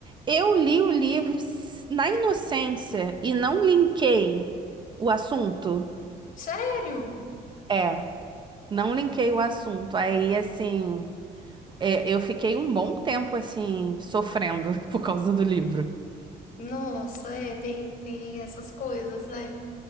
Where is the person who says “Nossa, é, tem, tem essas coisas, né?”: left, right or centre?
Left